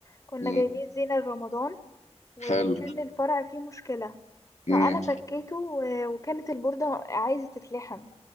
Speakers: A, on the left (about 30°); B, on the left (about 85°).
A: كنا
B: مم.
A: جايبين زينة لرمضان وكان
B: حلو
A: الفرع فيه مشكلة
B: مم.
A: فانا فكيته و- وكانت البوردة عايزة تتلحم